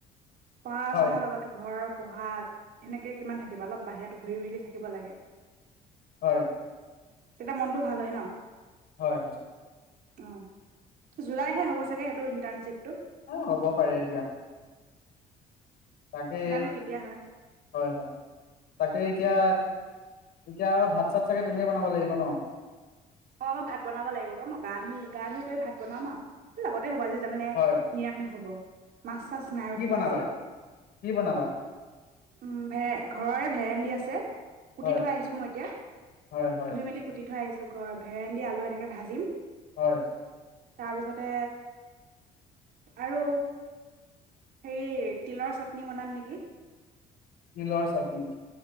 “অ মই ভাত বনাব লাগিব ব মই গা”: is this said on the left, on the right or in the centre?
Right